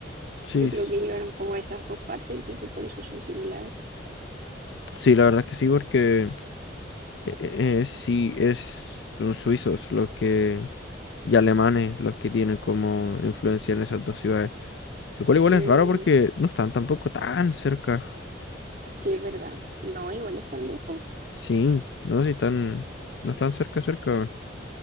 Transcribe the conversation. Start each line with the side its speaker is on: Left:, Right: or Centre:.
Left: Sí,
Right: Yo
Left: s-
Right: creo que llegaron como a esas dos partes, entonces por eso son similares.
Left: sí, la verdad es que sí, porque eh, eh, eh, sí, es, son suizos los que, y alemanes los que tienen como influencia en esas dos ciudades. Lo cual igual
Right: Mm,
Left: es raro porque no están tampoco tan cerca.
Right: sí, es verdad. No, igual están lejos.
Left: Sí, no, si están. No están cerca, cerca. weón.